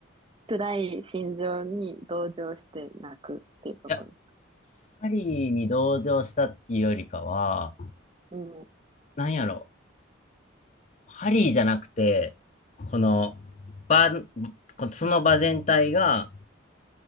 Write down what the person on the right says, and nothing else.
辛い心情に同情して泣くっていうことですか
うん。